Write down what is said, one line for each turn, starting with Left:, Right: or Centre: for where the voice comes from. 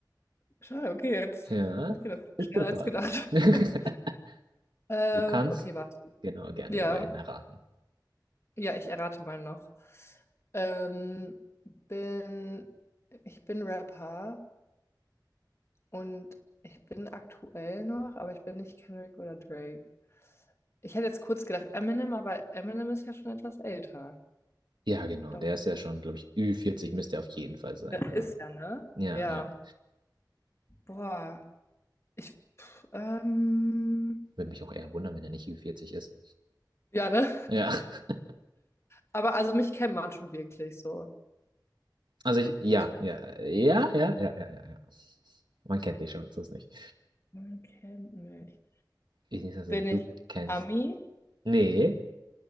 Left: Schade, okay, jetzt
Right: ja,
Left: geht das
Right: bist
Left: schneller
Right: du dran.
Left: als gedacht. <laughs>
Right: <laughs>
Left: Ähm,
Right: Du kannst
Left: okay, warte.
Right: genau gerne
Left: Ja.
Right: deinen erraten.
Left: Ja, ich errate mal noch. Ähm, bin, ich bin Rapper und ich bin aktuell noch, aber ich bin nicht Kendrick oder Drake. Ich hätte jetzt kurz gedacht Eminem, aber Eminem ist ja schon etwas älter.
Right: Ja, genau,
Left: Darum
Right: der ist ja schon, glaube ich, Ü40 müsste er auf jeden Fall sein.
Left: Ja,
Right: Also,
Left: ist ja, ne?
Right: ja,
Left: Ja.
Right: ja.
Left: Boah. Ich, pff, ähm,
Right: Würde mich auch eher wundern, wenn er nicht Ü40 ist.
Left: ja, ne?
Right: Ja, <laughs>
Left: Aber also mich kennt man schon wirklich so.
Right: also ich, ja,
Left: Ich bin,
Right: ja, ja, ja, ja, ja, ja, ja. Man kennt dich schon, sonst nicht.
Left: man kennt mich.
Right: Ich nicht, also
Left: Bin
Right: du
Left: ich
Right: kennst.
Left: Ami?
Right: Nee,